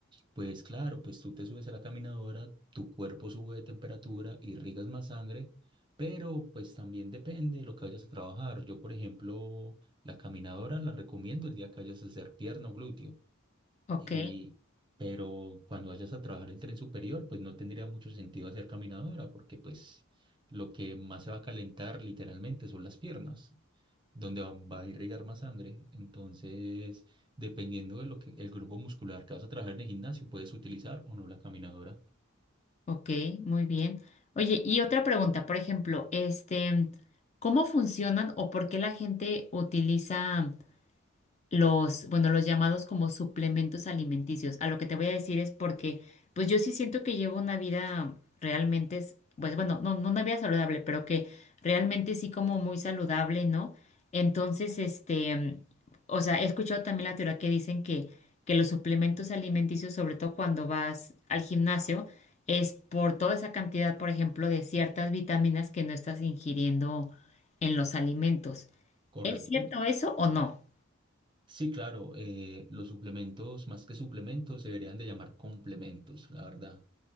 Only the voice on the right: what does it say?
pues claro, pues tú te subes a la caminadora, tu cuerpo sube de temperatura, irrigas más sangre, pero pues también depende de lo que vayas a trabajar. Yo, por ejemplo, la caminadora la recomiendo el día que vayas a hacer pierna o glúteo
y, pero cuando vayas a trabajar el tren superior, pues no tendría mucho sentido hacer caminadora, porque pues lo que más se va a calentar literalmente son las piernas, donde van- va a irrigar más sangre. Entonces, dependiendo de lo que el grupo muscular que vas a trabajar en el gimnasio, puedes utilizar o no la caminadora,
¿correcto?
Sí, claro, eh, los suplementos, más que suplementos, se deberían de llamar complementos, la verdad.